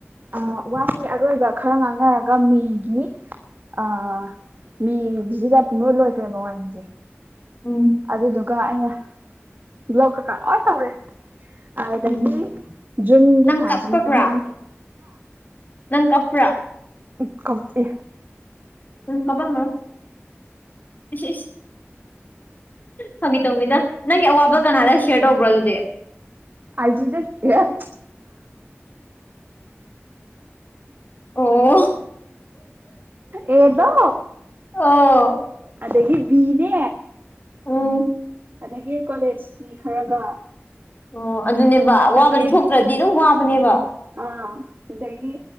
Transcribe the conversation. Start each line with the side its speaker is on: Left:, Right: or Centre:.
Right: ꯑꯥ ꯋꯥꯁꯤ ꯑꯔꯣꯏꯕ ꯈꯔ ꯉꯥꯡꯅꯔꯒ ꯃꯦꯒꯤꯅꯤ ꯑꯥ ꯃꯦꯒꯤꯁꯤꯗ ꯄꯨꯨꯡꯂꯣꯏ ꯂꯣꯏꯈ꯭ꯔꯕ ꯋꯥꯔꯤꯁꯦ
Left: ꯎꯝ
Right: ꯑꯗꯨꯗꯨꯒ ꯑꯩꯅ ꯕꯅ꯭ꯂꯣꯛ ꯀꯀꯥ ꯂꯣꯏ ꯇꯧꯔꯦ ꯑꯗꯨꯗꯒꯤ
Left: ꯎꯝ
Right: ꯖꯨꯟꯒꯤ
Left: ꯅꯪ
Right: ꯊꯥꯖꯤꯃ
Left: ꯀꯞꯄꯕ꯭ꯔꯥ
Right: ꯍꯥꯏꯗ꯭ꯔꯦ
Left: ꯅꯪ ꯀꯞꯄ꯭ꯔꯥ
Right: ꯎ ꯀꯞꯇꯦ
Left: ꯎꯝ ꯀꯞꯄꯝꯃꯣꯏ ꯏꯁ ꯐꯒꯤ ꯇꯧꯅꯤꯗ ꯅꯪꯒꯤ ꯑꯋꯥꯕ ꯀꯅꯥꯗ ꯁꯦꯌꯔ ꯇꯧꯕ꯭ꯔꯣ ꯑꯗꯨꯗꯤ
Right: ꯑꯥꯏꯖꯤꯗ ꯑꯦ
Left: ꯑꯣ
Right: ꯑꯦꯗꯣ
Left: ꯑꯣ
Right: ꯑꯗꯗꯒꯤ ꯕꯤꯅꯦ
Left: ꯎꯝ
Right: ꯑꯗꯒꯤ ꯀꯣꯂꯦꯖꯀꯤ ꯈꯔꯒ
Left: ꯑꯣ ꯑꯗꯨꯅꯦꯕ
Right: ꯑꯗꯨꯃꯥꯏꯅ
Left: ꯑꯋꯥꯕ
Right: ꯇꯧꯋꯦ
Left: ꯂꯤꯊꯣꯛꯇ꯭ꯔꯗꯤ ꯑꯗꯨꯝ ꯋꯥꯕꯅꯦꯕ
Right: ꯑꯥ ꯑꯗꯒꯤ